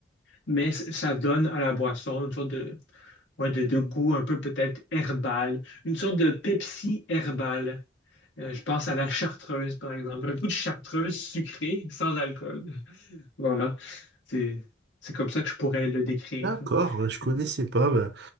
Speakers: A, on the left (about 80°); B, on the right (about 65°).
A: mais c- ça donne à la boisson une sorte de, ouais, de, de goût un peu peut-être herbal, une sorte de Pepsi herbal. Euh, je pense à la chartreuse, par exemple. Un peu de chartreuse sucrée sans alcool. <laughs> Voilà. C'est, c'est comme ça que je pourrais le décrire.
B: D'accord, euh, je connaissais
A: Mm.
B: pas. bah,